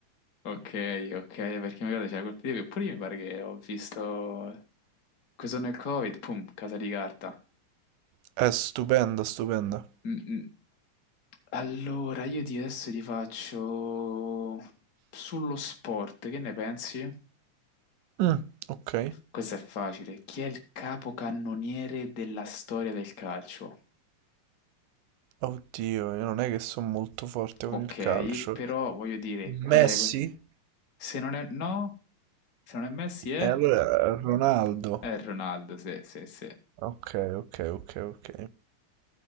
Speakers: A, on the left; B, on the right.
A: Ok, ok, perché mi ricordo c'era quel periodo che pure io mi pare che ho visto questo nel Covid, pum, casa di carta.
B: È stupenda, stupenda.
A: Mm, mm. Allora, io ti adesso ti faccio sullo sport, che ne pensi?
B: Mm, ok.
A: Questo è facile. Chi è il capocannoniere della storia del calcio?
B: Oddio, io non è che sono molto forte
A: Ok,
B: con il calcio.
A: però voglio dire, qual
B: Messi?
A: è quel... Se non è... No? Se non è Messi è...
B: E allora Ronaldo.
A: È Ronaldo, sì, sì, sì.
B: Ok, ok, ok, ok.